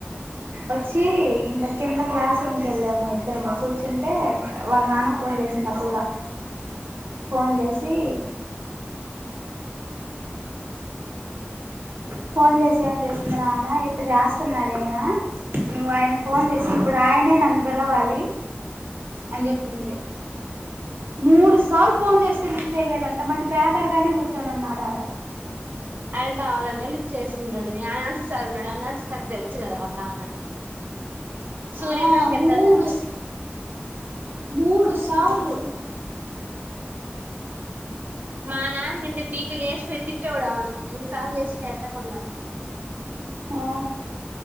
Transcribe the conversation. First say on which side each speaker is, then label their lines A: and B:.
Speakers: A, on the right; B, on the right.
A: వచ్చి ఇంకా కింద క్లాస్ రూమ్కెళ్ళాము ఇద్దరుము కూర్చుంటే వాళ్ళ నాన్నకీ ఫోన్ చేసింది అపిల్ల ఫోన్ చేసి ఫోన్ చేసి చేసింది నాన్న ఇట్ట జెస్తున్నాడు ఈయన నువ్వు ఆయనకు ఫోన్ చేసి ఇప్పుడు ఆయనే నన్ను పిలవాలి అని చెప్పింది మూడు సార్లు ఫోన్ చేస్ స్తె లిఫ్ట్ చేయలేదంట మళ్ళీ బేకర్గానే కూర్చొనున్నాడాడ
B: ఆయన కావాలనే లిఫ్ట్ చేసుండడు అనాన్సీ సార్ ఉన్నాడు అనాన్సీ కి తెలుసు కదా వాళ నాన్న సూర్యాసర్
A: ఆ
B: చెప్పేద్దాం
A: మూడు
B: జరిగిందేదో
A: మూడు సార్లు
B: మానాన్న అయుంటే బీపి లేసిపోయి తిట్టేవొడు అవున ఎన్నిసార్లు చేసినా ఎత్తకుండా
A: ఆ